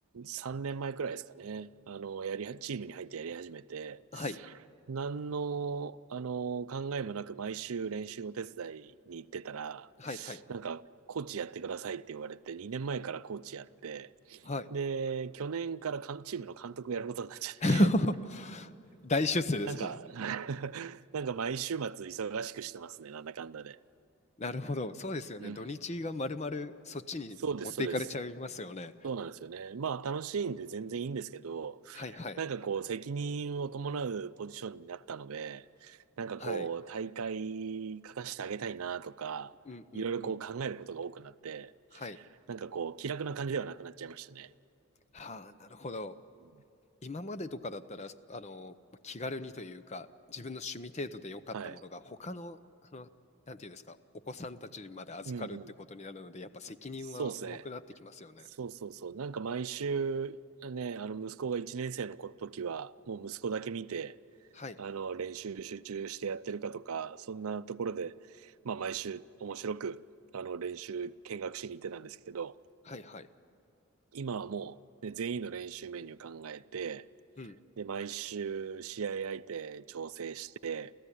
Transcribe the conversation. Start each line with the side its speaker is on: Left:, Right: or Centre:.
Right: 3年前くらいですかね。あの、やりは、チームに入ってやり始めて、
Left: はい。
Right: 何の、あの、考えもなく毎週練習を手伝いに行ってたら、
Left: はいはい。
Right: なんか、コーチやってくださいって言われて、2年前からコーチやって、
Left: はい。
Right: で、去年からかんチームの監督やることになっちゃって、
Left: <laughs> 大出世ですね。
Right: <laughs> なんか、<laughs> なんか毎週末忙しくしてますね、なんだかんだで。
Left: なるほど。そうですよね。
Right: うん。
Left: 土日がまるまるそっちに持っていかれちゃいますよね。
Right: そうです、そうです。そうなんですよね。まあ、楽しいんで全然いいんですけど、
Left: はいはい。
Right: なんかこう、責任を伴うポジションになったので、なんかこう、
Left: はい。
Right: 大会勝たせてあげたいなとか、
Left: うんうんうん。
Right: いろいろこう考えることが多くなって、
Left: はい。
Right: なんかこう、気楽な感じではなくなっちゃいましたね。
Left: はあ、なるほど。
Right: うん
Left: 今までとかだったら、あの、まあ気軽にというか、自分の趣味程度で良かったものが、
Right: はい。
Left: 他の、あの、なんていうんですか、お子さんたちにまで預かるってことになるので、
Right: うんうん。
Left: やっぱ責任は重くなってきますよね。
Right: そうですね。そうそうそう。なんか毎週、ね、あの、息子が1年生の時は、もう息子だけ見て、
Left: はい、
Right: あの、練習集中してやってるかとか、そんなところで、まあ毎週面白く、あの、練習見学しに行ってたんですけど、
Left: はい、はい。
Right: 今はもう、ね、全員の練習メニュー考えて、
Left: うん、
Right: で、毎週試合相手調整して、